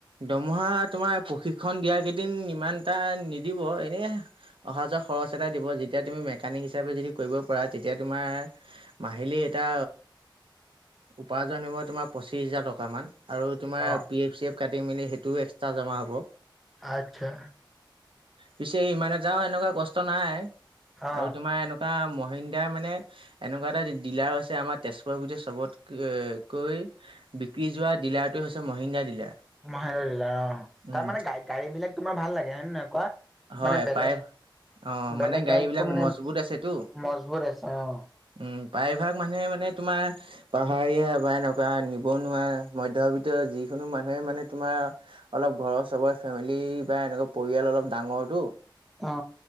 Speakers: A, on the right (about 85°); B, in the centre.
A: দৰমহা তোমাৰ প্ৰশিক্ষণ দিয়া কেইদিন ইমান এটা নিদিব, এনে অহা যোৱা খৰচ এটা দিব যেতিয়া তুমি মেকানিক হিচাপে যদি কৰিব পাৰা তেতিয়া তোমাৰ মাহিলী এটা উপাৰ্জন হব তোমাৰ পঁচিশ হাজাৰ টকা মান আৰু তোমাৰ
B: অ
A: পি এফ চি এফ কাটি মেলি সেইটোও এক্সট্ৰা জমা হ'ব
B: আচ্ছা
A: পিছে ইমান এটাও এনেকুৱা কষ্ট নাই
B: অ
A: আৰু তোমাৰ এনে কা মহিন্দ্ৰাই মানে এনেকুৱা এটা ডিলাৰ হৈছে আমাৰ তেজপুৰৰ ভিতৰত চবত ক কৈ বিক্ৰী যোৱা ডিলাৰটোৱে হৈছে মহিন্দা ডিলাৰ
B: মহেন্দ্ৰ দিলাৰ অ
A: উম,
B: তাত মানে গা গাড়ী বিলাক তোমাৰ ভাল লাগে হয় নে নহয় কোৱা
A: হয়
B: মানে বেলেগ
A: প্ৰায় অ' মানে
B: বেলেগ
A: গাড়ীবিলাক
B: গাড়ীতকো মানে
A: মজবুত আছেতো।
B: মজবুৰ আছে অ
A: উম প্ৰায়ভাগ মানুহে মানে তোমাৰ পাহাৰীয়া বা এনেকুৱা নিবনুৱা মধ্যবিত্ত যিকোনো মানুহে মানে তোমাৰ অলপ ঘৰৰ চবৰে ফেমিলি বা এনেকুৱা পৰিয়াল অলপ ডাঙৰটো
B: অ